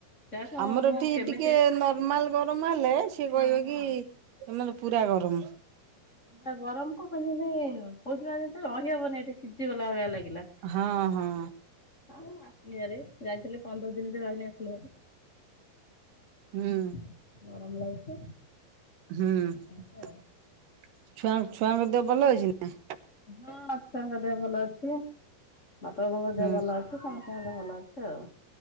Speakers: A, on the left; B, on the right.
A: ତାକୁ
B: ଆମର
A: ମୁଁ
B: ଏଠି
A: କେମିତି
B: ଟିକେ ନର୍ମାଲ ଗରମ ହେଲେ ସିଏ
A: ହଁ
B: କହିବ
A: ହଁ।
B: କି। ଏ ମାନେ ପୁରା ଗରମ।
A: ଆଉ ଗରମ କୁ ତୁ ମାନେ କହୁଚି ବା ଏଠି ରହିହବନି ଏଠି ସିଝିଗଲା ଭଳିଆ ଲାଗିଲା।
B: ହଁ ହଁ।
A: ହଁ ମୁଁ ଆସିଲି ଭାରି ଯାଇଥିଲି ପନ୍ଦର ଦିନି ବି ରହନି ଆସିଲି ଭାରି।
B: ହୁଁ
A: <inaudible> ଗରମ ଲାଗୁଛି।
B: ହୁଁ
A: ଏମିତି
B: ଛୁଆ
A: ଆଉ।
B: ଛୁଆଙ୍କ ଦେହ ଭଲ ଅଇଛି ନା।
A: ହଁ ମାଛଆ ଙ୍କ ଦେହେ ଭଲ ଅଛି ବାପା ବୋଉ ଙ୍କ ଦେହେ
B: ହୁଁ।
A: ଭଲ ଅଛି। ତ ସମସ୍ତଙ୍କ ଦେହ ଭଲ ଅଛି ଆଉ।